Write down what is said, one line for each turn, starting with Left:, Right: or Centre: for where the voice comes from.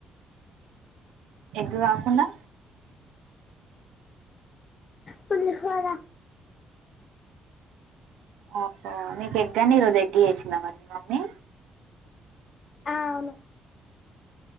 Right: ఎగ్గు కాకుండా
Left: పులిహోర
Right: ఓహో నీకు ఎగ్గని ఈరోజు ఎగ్గు చేసిందా మరి మీ మమ్మీ
Left: ఆ అవును